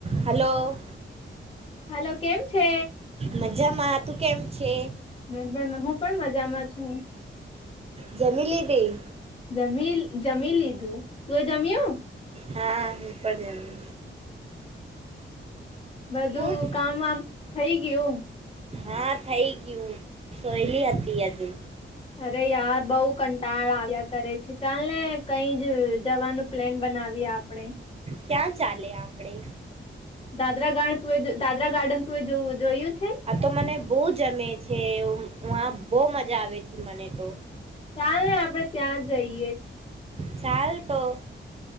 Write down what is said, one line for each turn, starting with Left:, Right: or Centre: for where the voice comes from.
Right: હાલો,
Left: hello કેમ છે
Right: મજામાં તું કેમ છે
Left: હું પણ હું પણ મજામાં છું.
Right: જમી લીધુ.
Left: જમી જમી લીધું. તું એ જમ્યું?
Right: હા હું પ જમી.
Left: બધું
Right: તું
Left: કામ વામ થઈ ગયું.
Right: હા થઈ ગયું સોહેલી હતી હજુ.
Left: અરે યાર બઉ કંટાળ આવ્યા કરે છે ચાલ ને કઈ જ જવાનું પ્લેન બનાવીએ આપણે.
Right: ક્યાં ચાલે આપણેે?
Left: દાદરા ગાર્ડ તુઅ દાદરા ગાર્ડન તુંએ જોવું જોયું છે
Right: આ તો મને બવ જમે છે આ બહુ મજા આવે છે મને તો.
Left: ચાલ ને આપડે ત્યાં જઈએ.
Right: ચાલ તો.